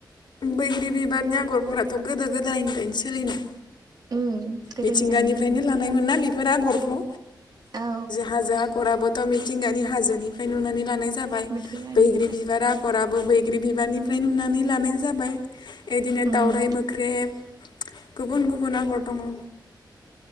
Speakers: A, on the left; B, on the right.
A: बैग्रि बिबारनि आगरफोराथ' गोदो गोदायनिफ्रायनो सोलिनो
B: उम गोदो
A: मिथिंगानिफ्रायनो
B: गोदायनिफ्रायनो
A: लानायमोना बेफोर आगरखौ
B: औ
A: हाजो आगराबो थ' मिथिंगानि हाजोनिफ्राय नुनानै लानाय जाबाय
B: मेथाइ गानि
A: बैग्रि बिबारा खराबो बैग्रि बिबारनिफ्राय नुनानै लानाय जाबाय बिदिनो
B: उम
A: दावउराइ मोख्रेब गुबुन गुबुन आगर दङ।